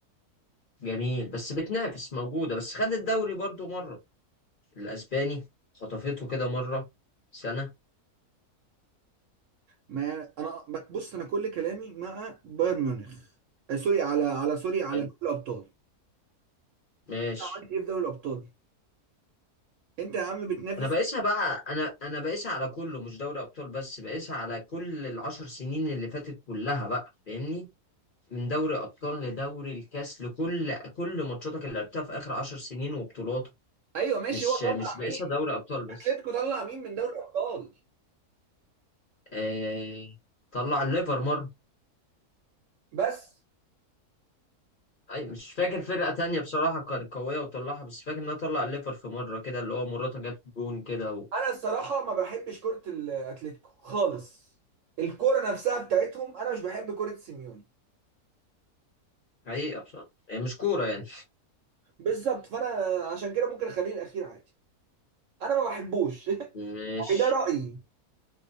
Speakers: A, on the left; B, on the right.
A: جميل بس بتنافس موجودة بس خد الدوري برضو مرة الأسباني خطفته كده مرة سنة
B: ما انا بك- بص انا كل كلامي مع بايرن ميونخ آه، سوري على على سوري على
A: حلو.
B: دوري الابطال
A: ماشي
B: انت عملت ايه في دوري الابطال انت يا عم بتنافس
A: أنا بقيسها بقى أنا أنا بقيسها على كله مش دوري أبطال بس بقيسها على كل العشر سنين اللي فاتت كلها بقى فاهمني من دوري أبطال لدوري الكاس لكل كل ماتشاتك اللي لعبتها في آخر عشر سنين وبطولاتك
B: ايوه ماشي
A: مش
B: هو
A: مش
B: طلع
A: بقيسها
B: مين
A: دوري أبطال بس
B: اتلتيكو طلع مين من دوري الابطال
A: آه، طلع الليفر مرة
B: بس
A: أي مش فاكر فرقة تانية بصراحة كانت قوية وطلعها بس فاكر إنها طلع الليفر في مرة كده اللي هو مراته جت جون كده و...
B: انا الصراحه ما بحبش كره الاتلتيكو خالص الكره نفسها بتاعتهم انا مش بحب كره سيميوني
A: حقيقة بصراحة هي مش كورة يعني
B: بالظبط فانا عشان كده ممكن اخليه الاخير عادي انا ما بحبوش <laughs>
A: ماشي
B: يعني ده رايي